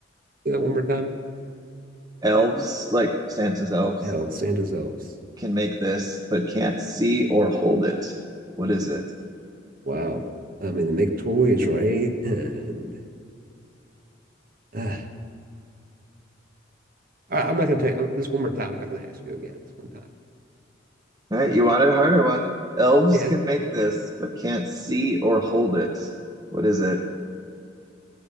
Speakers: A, on the right; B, on the right.
A: Say that one more time.
B: Elves, like Santa's elves,
A: Elves, Santa's elves.
B: can make this, but can't see or hold it. What is it?
A: Wow. I mean, they make toys, right? And uh, all right, I'm not going to tell you this one more time. I'm not going to ask you again. This one time.
B: All
A: One
B: right,
A: more
B: you
A: time.
B: wanted a harder one. Elves
A: Yeah,
B: can make this, but can't see or hold it. What is it?